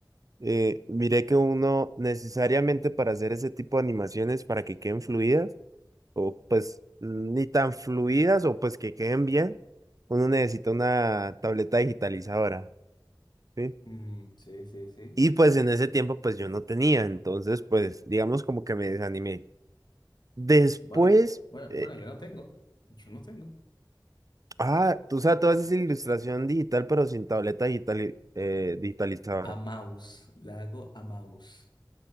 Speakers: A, on the right; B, on the left.
A: eh,
B: Ujú.
A: miré que uno necesariamente para hacer ese tipo de animaciones para que queden fluidas o pues ni tan fluidas o pues que queden bien, uno necesita una tableta digitalizadora, ¿sí?
B: Mm, sí, sí, sí.
A: Y pues en ese tiempo pues yo no tenía, entonces pues digamos como que me desanimé. Después...
B: Bueno, bueno,
A: eh,
B: bueno, yo no tengo, yo no tengo.
A: Ah, tú sabes, tú haces ilustración digital, pero sin tableta digital, eh, digitalizadora.
B: A mouse, la hago a mouse.